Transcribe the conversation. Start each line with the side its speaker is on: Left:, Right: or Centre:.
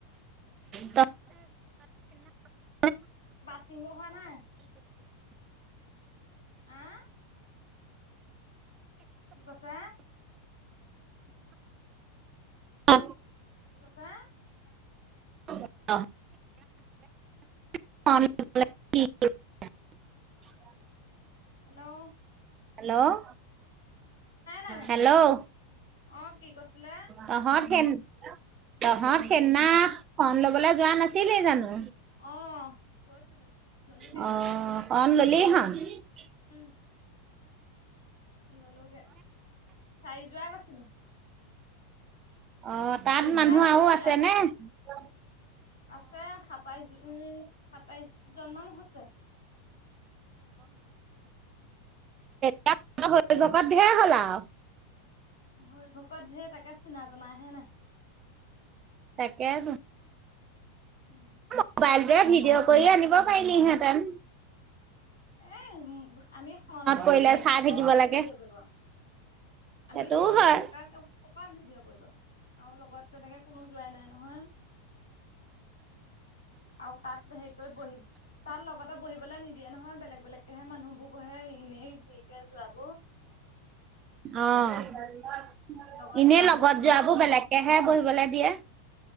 Right: ত <unintelligible>
Left: বাত চিংবা হোৱা নাই। আহ কি কৈছা?
Right: অ
Left: কি কৈছা?
Right: অ <unintelligible>
Left: হেল্লো''
Right: হেল্লো'
Left: নাই
Right: হেল্লো'
Left: অ কি কৈছিলে
Right: তহত, সিন তহঁত সেদিনা শন লবলৈ যোৱা নাছিলেই জানো?
Left: অহ গৈছিলো ললোগে।
Right: অ শৰণ ল'লিহত।
Left: <inaudible> ল'লোগে। চাইজ। যোৱা গৈছিলো।
Right: অ', তাত
Left: চাৰিযোৰা
Right: মানুহ
Left: গৈছিলো
Right: আৰু আছে
Left: ইয়াৰ পৰা
Right: নে? অ।
Left: আছে সাতাইশ-সাতাইশ জনমান হৈছে।
Right: তাত হৰি ভকত ধেই হ'লা আৰু। অহ।
Left: হৰি ভক ক'ত ধেই তাকে চিনা-জনা হে নাই।
Right: তাকেটো।
Left: অ।
Right: মোবাইলটোৱে ভিডিঅ' কৰি আনিব পাৰিলি হেতেন।
Left: এই আমি শৰণ লৈ থাকোতেনে
Right: পৰিলে চাই
Left: কেনেকে
Right: থাকিব
Left: মোবাইলত
Right: লাগে
Left: ভিডিঅ' কৰিব।
Right: সেইটোও
Left: আমি শৰণ
Right: হয়
Left: লৈ থকা ক'পা ভিডিঅ' কৰিব। আৰু লগত তেনেকে কোনো যোৱাই নাই নহয়। আৰু তাত হেৰি কৰি বহি তাত লগতে বহিবলে নিদিয়ে নহয়, বেলেগ-বেলেগকেহে মানুহবোৰ, বহে ইনেই। সেই হেৰিকে যোৱাবোৰ।
Right: অহ।
Left: লগত
Right: এনে
Left: যোৱাবোৰ
Right: লগত যোৱাবোৰ বেলেগ এহে বহিবলৈ দিয়ে।